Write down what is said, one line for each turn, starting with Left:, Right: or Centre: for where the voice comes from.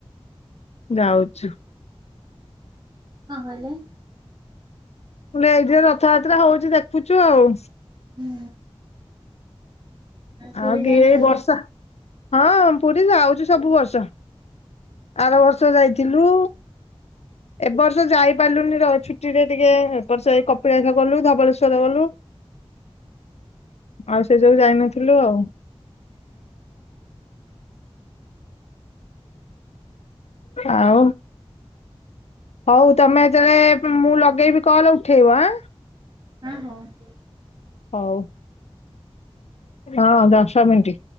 Left: ଯାଉଛୁ।
Right: କଁ କହିଲେ?
Left: ମୁଁ କହିଲି ଏଇଠି ଯୋଉ ରଥଯାତ୍ରା ହଉଛି ଦେଖୁଚୁ ଆଉ।
Right: ହୁଁ। ପୁରୀ
Left: ଆଉ କିଏ
Right: ଯାଇନ
Left: ଏଇ
Right: କେବେ?
Left: ବର୍ଷା ହଁ ପୁରୀ ଯାଉଚି ସବୁ ବର୍ଷ, ଆର ବ ର୍ଷ ଯାଇଥିଲୁ, ଏ ବର୍ଷ ଯାଇପାଇଲୁନି ର <unintelligible> ଛୁଟିରେ ଟିକେ ଏବର୍ଷ ଏଇ କପିଳାସ ଗଲୁ ଧବଳେଶ୍ୱର ଗଲୁ। ଆଉ ସେ ଯୋଗୁ ଯାଇନଥିଲୁ ଆଉ। ଆଉ? ହୋଉ ତମେ ଯେତେବେଳେ ମୁଁ ଲଗେଇବି କଲ ଉଠେଇବ ଆଁ।
Right: ହଁ ହୋଉ।
Left: ହୋହ ହଁ ଦଶ ମିଣ୍ଟି।